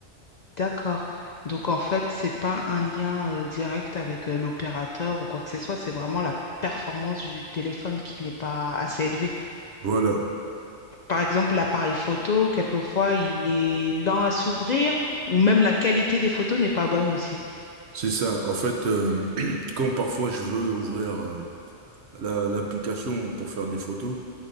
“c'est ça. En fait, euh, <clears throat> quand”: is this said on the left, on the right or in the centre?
Right